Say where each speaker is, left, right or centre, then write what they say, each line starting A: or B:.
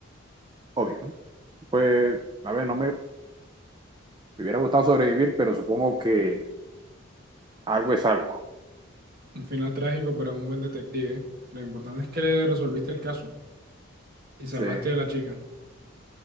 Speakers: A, on the right (about 20°); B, on the right (about 50°).
A: Obvio. Pues, a ver, no me, Me hubiera gustado sobrevivir, pero supongo que algo es algo.
B: un final trágico, pero un buen detective. ¿eh? Lo importante es que le resolviste el caso y salvaste
A: Sí,
B: a la chica.